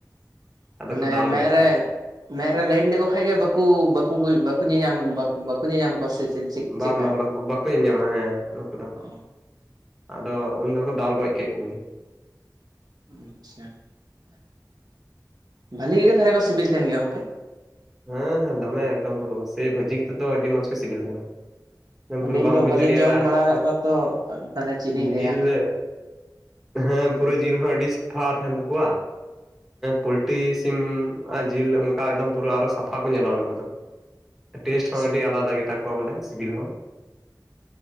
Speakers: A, on the right; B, in the centre.
A: <inaudible>
B: ᱟᱫᱚ
A: ᱢᱟᱱᱮ
B: ᱠᱚ ᱫᱟᱞ
A: ᱢᱮᱫ
B: ᱜᱚᱡ
A: ᱨᱮ
B: ᱠᱚᱣᱟ
A: ᱢᱮᱫ ᱨᱮ ᱞᱟᱭᱤᱴ ᱞᱮᱠᱚ ᱠᱷᱟᱡ ᱜᱮ ᱵᱟᱹᱠᱩ ᱵᱟᱹᱠᱩ ᱵᱟᱹᱠᱩ ᱧᱮᱧᱟᱢ ᱵᱟᱠᱚ ᱧᱮᱧᱟᱢ ᱠᱚᱣᱟ ᱥᱮ
B: ᱵᱟᱝ
A: ᱪᱮᱫᱠᱟ
B: ᱵᱟᱝ ᱵᱟᱠᱚ ᱵᱟᱠᱚ ᱧᱮᱧᱟᱢᱟ ᱦᱮᱸ ᱚᱱᱟ ᱠᱚᱫᱚ᱾
A: ᱚ
B: ᱟᱫᱚ ᱩᱱ ᱫᱚᱠᱚ ᱫᱟᱞ ᱜᱚᱡ ᱠᱮᱜ ᱠᱚᱜᱮ᱾
A: ᱟᱪᱪᱷᱟ, ᱵᱷᱟᱞᱤ ᱜᱮ ᱠᱚ ᱛᱟᱞᱦᱮ ᱠᱚ ᱥᱤᱵᱤᱞ ᱛᱟᱦᱮᱱ ᱜᱮᱭᱟ ᱜᱚᱝᱠᱮ?
B: ᱦᱮᱸ ᱦᱮᱸ ᱫᱚᱢᱮ ᱮᱠᱫᱚᱢ ᱯᱩᱨᱟᱹ, ᱥᱮᱹᱭ ᱵᱷᱟᱹᱡᱤ ᱠᱟᱛᱮᱜ ᱫᱚ ᱟᱹᱰᱤ ᱢᱚᱸᱡᱽ ᱜᱮ ᱥᱤᱵᱤᱞ ᱛᱟᱦᱮᱱᱟ᱾ ᱮᱠᱫᱚᱢ
A: ᱟᱹᱞᱤᱧ
B: ᱯᱩᱨᱟᱹ ᱵᱟᱢ
A: ᱫᱚ
B: ᱵᱩᱡᱽ
A: ᱵᱟᱹᱞᱤᱧ
B: ᱫᱟᱲᱮᱭᱟᱜ-ᱟ
A: ᱡᱚᱢ ᱵᱟᱲᱟ ᱟᱠᱟᱫ ᱠᱚᱣᱟ ᱛᱚ ᱛᱟᱦᱚᱞᱮ ᱪᱮᱫ ᱞᱤᱧ ᱞᱟᱹᱭᱟ
B: ᱡᱤᱞ ᱞᱮ ᱦᱮᱸ ᱯᱩᱨᱟᱹ ᱡᱤᱞ ᱦᱚᱸ ᱟᱹᱰᱤ ᱥᱟᱯᱷᱟ ᱛᱟᱸᱦᱮᱱ ᱛᱟᱠᱚᱣᱟ᱾ ᱯᱳᱞᱴᱤ ᱥᱤᱢᱻ ᱡᱤᱞ ᱚᱝᱠᱟ ᱮᱠᱫᱚᱢ ᱯᱩᱨᱟᱹ ᱟᱨᱚ ᱥᱟᱯᱷᱟ ᱠᱚ ᱧᱮᱞᱚᱜ-ᱟ ᱱᱩᱠᱩ ᱫᱚ, ᱴᱮᱥᱴ
A: ᱟᱪᱪᱷᱟ
B: ᱦᱚᱸ ᱟᱹᱰᱤ ᱟᱞᱟᱫᱟ ᱜᱮᱛᱟ ᱠᱚᱣᱟ ᱵᱚᱞᱮ ᱥᱤᱵᱤᱞ ᱦᱚᱸ,